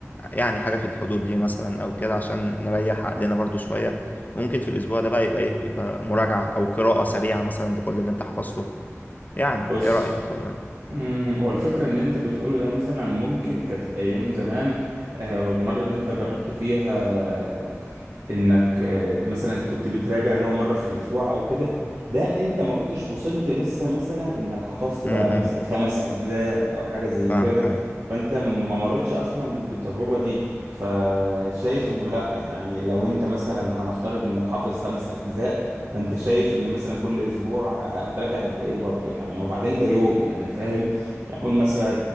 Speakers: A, on the left; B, on the right.
A: يعني حاجة في الحدود دي مثلا أو كده عشان نريح عقلنا برضو شوية وممكن في الأسبوع ده بقى يبقى إيه يبقى مراجعة أو قراءة سريعة مثلا لكل اللي أنت حفظته يعني
B: بص
A: إيه رأيك ولا
B: امم هو الفكرة ان انت بتقوله ده مثلا ممكن كانت ايام زمان آه، والمرة اللي انت جربت فيها آه، انك آه، مثلا انت كنت بتراجع لو مرة في الاسبوع او كده ده انت ما كنتش وصلت لسه مثلا انك حفظت
A: امم
B: بقى مثلا
A: إمم.
B: خمس اجزاء او حاجة زي
A: فاهمك
B: كده
A: أيوة
B: فانت ما مرتش اصلا بالتجربة دي فشايف انه لا يعني لو انت مثلا هنفترض انك حافظ خمس اجزاء فانت شايف ان مثلا كل اسبوع ه- هتراجع قد ايه برضه يعني وبعدين ده يوم يعني فاهم يعني قول مثلا